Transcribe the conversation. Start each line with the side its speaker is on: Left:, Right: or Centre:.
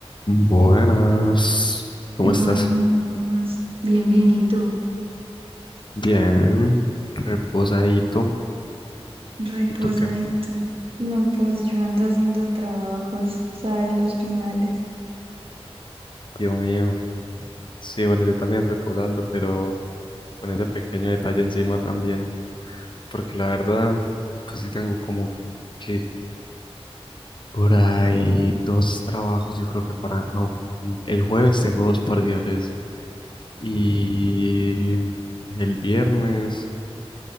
Left: Buenas,
Right: Bueno,
Left: ¿cómo estás?
Right: pues, bien, bien, ¿y tú?
Left: Bien, reposadito.
Right: Reposadito.
Left: ¿Y tú qué?
Right: No, pues yo ando haciendo trabajos, ¿sabes? Los finales.
Left: Dios mío. Sí, bueno, yo también reposando, pero con ese pequeño detalle encima también, porque la verdad, pues sí tengo como que por ahí dos trabajos, yo creo que para, no, el jueves tengo dos parciales y el viernes.